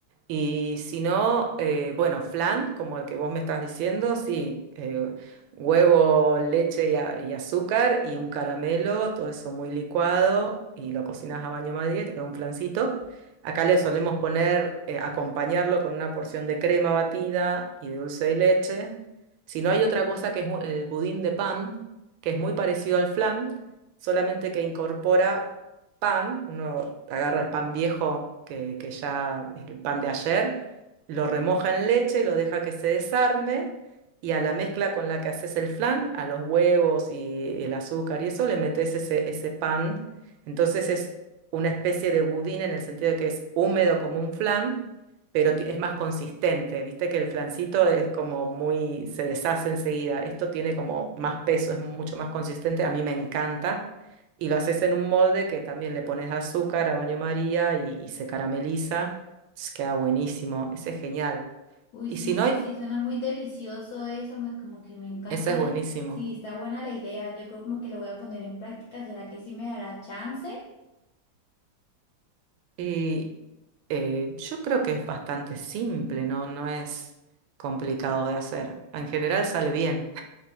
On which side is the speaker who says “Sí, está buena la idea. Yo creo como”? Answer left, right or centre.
Left